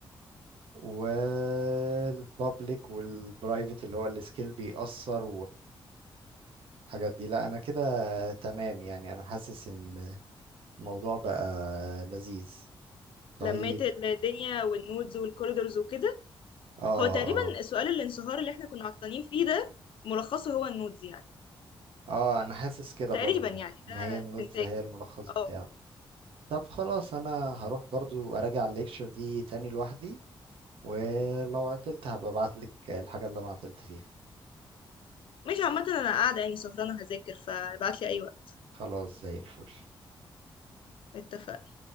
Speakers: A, on the right; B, on the left.
A: والبابليك والبرايفت اللي هو السكيل بيأثر الحاجات دي لا انا كده تمام يعني انا حاسس ان الموضوع بقى لذيذ طيب
B: لميت الدنيا والنودز والكوريدورز وكده
A: اه اه
B: هو تقريبا سؤال الانصهار اللي احنا كنا عطلانين فيه ده ملخصه هو النودز يعني
A: اه انا حاسس كده
B: تقريبا
A: برضو
B: يعني ده
A: ان هي النودز
B: استنتاجي
A: هي الملخص بتاعه
B: اه
A: طب خلاص انا هروح برضو اراجع الليكشر دي تاني لوحدي ولو عطلت هبقى ابعتلك الحاجة اللي انا عطلت فيها
B: مش عامة انا قاعدة يعني سهرانة هذاكر فابعتلي اي وقت
A: خلاص زي الفل
B: اتفقنا